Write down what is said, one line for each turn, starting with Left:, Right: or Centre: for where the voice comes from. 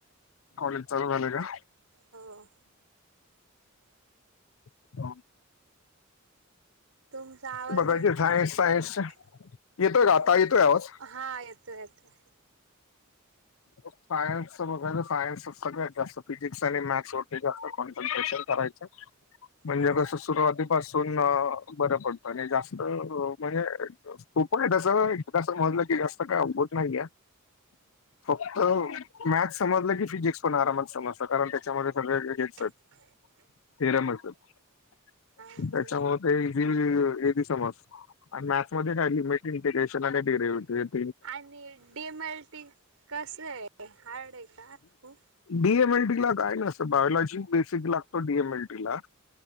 Left: कॉलेज चालू झाले का?
Right: हो
Left: का?
Right: तुमचा आवाज
Left: बघायचे
Right: नीट
Left: सायन्स
Right: नाही येत.
Left: सायन्स येतोय का आता
Right: हो
Left: येतोय आवाज?
Right: हा येतोय येतोय.
Left: मग सायन्सचं बघायचं सायन्सच सगळ्यात जास्त फिजिक्स आणि मॅथ्सवरती जास्त कॉन्सन्ट्रेशन करायचं. म्हणजे
Right: हा
Left: कसं सुरुवातीत पासून अ बरं पडतं आणि जास्त म्हणजे खु पॉईंट तसं एकदा समजलं की जास्त काय अवघड नाहीय. फक्त मॅथस समजलं की फिजिक्स पण आरामात समजत, कारण त्याच्यामध्ये सगळे हेच आहेत.
Right: <unintelligible>
Left: थेरमच हायत,
Right: अच्छा
Left: त्याच्यामुळे ते इझी इझी समजत आणि मॅथस मध्ये काय लिमिट इंटिग्रेशन आणि डिरेव्हेटीव
Right: आणि डेमल्टी कसंय हार्ड आहे का खूप?
Left: डी एम एल टी ला काय नाय जास्त बायोलॉजी बेसिक लागतो डी एम एल टी ला.